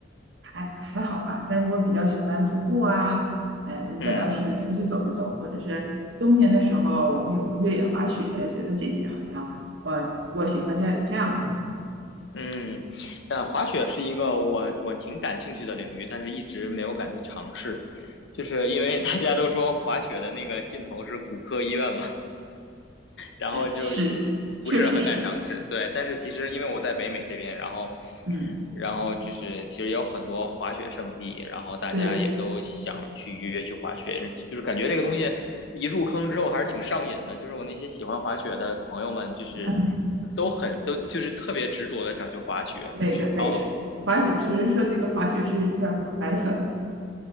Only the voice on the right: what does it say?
还还好吧，但是我比较喜欢徒步啊。哎，如果要是出去走一走，
或者是冬天的时候，我们有时候越野滑雪，觉得这些好像我我喜欢这这样的活动。
是，
确实是，
嗯。
对，
嗯，
每个每只滑雪，
只是说这个滑雪是叫什么白粉，